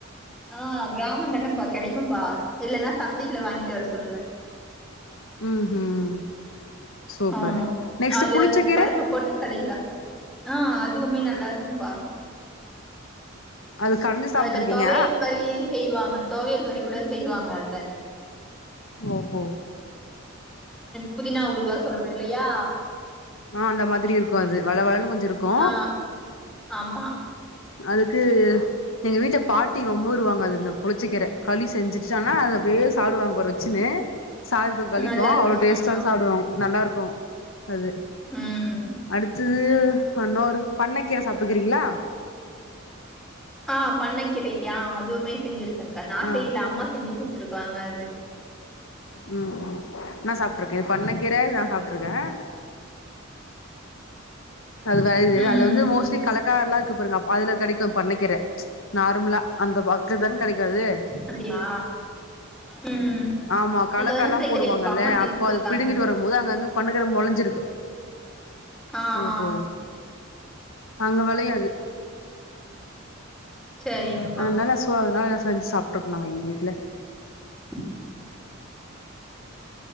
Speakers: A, in the centre; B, on the left.
A: ஆ கிராமந்தனப்பா கெடைக்கும்பா இல்லனா சந்தைல வாங்கிட்டு வர சொல்லுவே
B: ம் ம் சூப்பர்
A: ஆமா
B: நெக்ஸ்ட்டு
A: அத்லயாத்
B: புளிச்சக்கீர
A: பருப்பு போட்டு கெடைக்லா ஆ அதுவுமே நல்லா இருக்கும்பா
B: அது கடைஞ்சு சாப்ட்ருக்கீங்க
A: அதுல தொவையல் மாரி செய்வாங்க தோவயல் மரி கூட செய்வாங்க அத
B: ஓஹ
A: புதினா ஊறுகா சொல்றே இல்லயா
B: ஆஹ் அந்த மாதிரி இருக்கு அது வள வளன்னு கொஞ்சோ இருக்கு
A: ஆ ஆமா
B: அதுக்கு எங்க வீட்ல பாட்டி ரொம்ப வருவாங்க அது இந்த புளிச்சக்கீரை களி செஞ்சுட்டு ஆனா அப்டியே சாப்டு வாங்க னு சாதத்துக்கு கழிக்கு
A: நல்லாருக்கும்.
B: அவ்வளோ டேஸ்டாக
A: ஆமா.
B: சாப்டுவாங்க நல்லா இருக்கு அது
A: ம்
B: அடுத்தது இன்னொரு பண்ணக்கீரை சாப்ருக்கீங்களா
A: ஆ பண்ண கீரயா அதுவுமே செஞ்சிருக்கே கா நா
B: ஆ
A: செய்ல அம்மா செஞ்சு கொடுத்துருக்காங்க அது
B: ம் ம் நா சாப்ட்ருக்கே பண்ண கீரை இது நா சாப்ட்ருக்கே அது வருது
A: ம்,
B: அது வந்து
A: ம்.
B: மோஸ்லி கலக்கார எலா இருக்கு பாருங்க அப் அதுல கிடைக்கு பண்ணக்கீர நார்மலா அந்த பக்கல தானே கிடைக்காது
A: அப்படியா ம்.
B: ஆமா கலக்க
A: எனக்கு அதெல்லாம்
B: எல்லா
A: செய்ய
B: போடுவாங்கல்ல
A: தெரியாதுப்பா. அம்மா செஞ்சு
B: அப்போ
A: குடுத்துருக்காங்க.
B: அது பிடுங்கிட்டு வர போ அங்க அங்க பண்ண கிர முளைஞ்சிருக்கு
A: ஆ,
B: ஓஹோ
A: ஆ.
B: அங்க விளையு அது
A: சரிங்கப்பா.
B: அதனால சோ அதனால செஞ்சு சாப்பிட்டு இருந்தாங்க எங்க வீட்டுல
A: <inaudible>